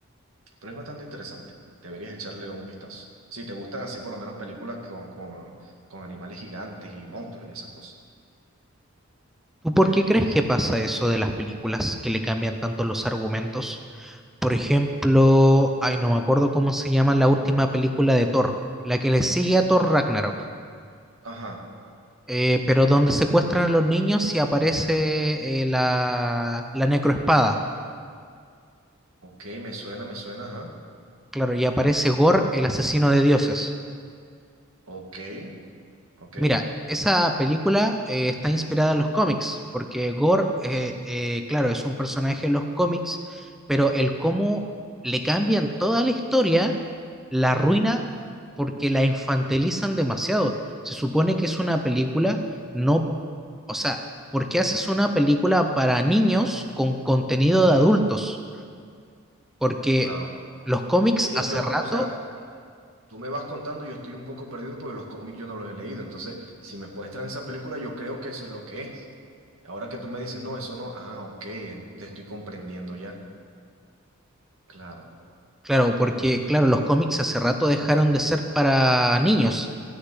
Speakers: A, on the right; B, in the centre.
A: Pero es bastante interesante. Deberías echarle un vistazo. Si te gustan así por lo menos películas con, con, con animales gigantes y monstruos y esas cosas.
B: ¿Tú por
A: Deberías.
B: qué crees que pasa eso de las películas que le cambian tanto los argumentos? Por ejemplo, ay, no me acuerdo cómo se llama la última película de Thor, la que le sigue a Thor Ragnarok,
A: Ajá.
B: eh, pero donde secuestran a los niños y aparece eh, la, la necroespada.
A: Ok, me suena, me suena, ajá.
B: Claro, y aparece Gore, el asesino de dioses.
A: Ok, ok.
B: Mira, esa película eh, está inspirada en los cómics, porque Gore, eh,
A: Sí.
B: eh, claro, es un personaje en los cómics, pero el cómo le cambian toda la historia, la arruina porque la infantilizan demasiado. Se supone que es una
A: Mm.
B: película, no, o sea, ¿por qué haces una película para niños con contenido
A: Ujú,
B: de adultos? Porque
A: Claro.
B: los cómics
A: Eh,
B: hace
A: Yo,
B: rato
A: o sea, tú me vas contando, yo estoy un poco perdido porque los cómics yo no los he leído. Entonces, si me muestran esa película, yo creo que eso es lo que es. Ahora que tú me dices, no, eso no. Ah, ok, en- te estoy comprendiendo ya. Claro.
B: Claro, porque claro, los cómics hace rato dejaron de ser para niños